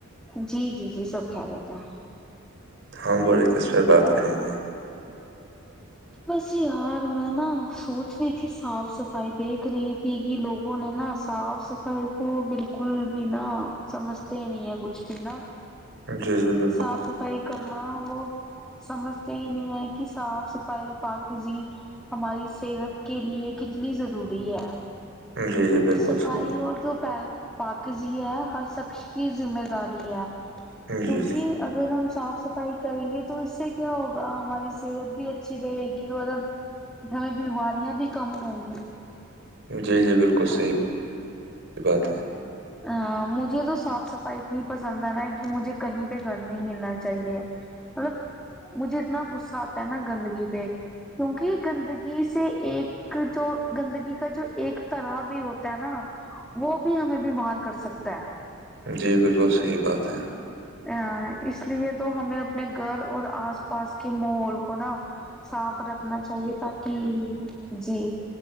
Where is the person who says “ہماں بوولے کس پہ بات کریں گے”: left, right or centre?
Right